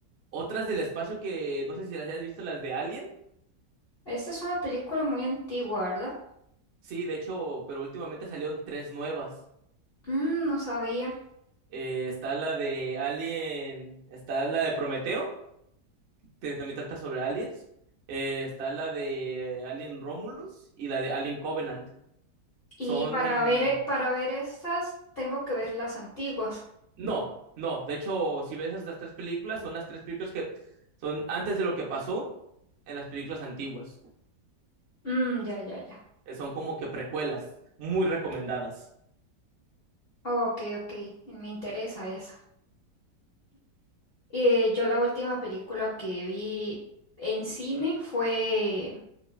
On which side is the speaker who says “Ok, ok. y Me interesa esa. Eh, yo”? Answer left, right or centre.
Left